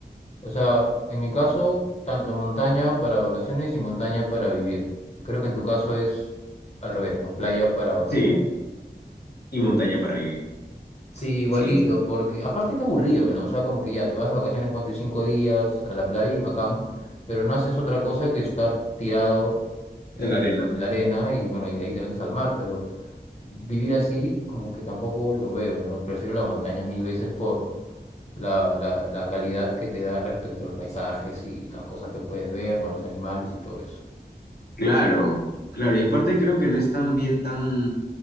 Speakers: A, on the left; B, on the left.
A: O sea, en mi caso, tanto montaña para vacaciones y montaña para vivir. Creo que en tu caso es al revés, ¿no? Playa para vacaciones.
B: Sí, y montaña para vivir.
A: Sí, igualito,
B: Sí, sí,
A: porque aparte qué aburrido, ¿no? O sea, como que ya te vas de vacaciones, ponte cinco días a la playa y bacán, pero no haces otra cosa que estar tirado en,
B: en la arena.
A: en la arena y bueno, y de ahí te metes al mar, pero vivir así como que tampoco lo veo, ¿no? Prefiero la montaña mil veces la, la, la calidad que te da respecto a los paisajes y, las cosas que puedes ver, más los animales y todo eso.
B: Claro, claro. Y aparte creo que no es tan bien tan,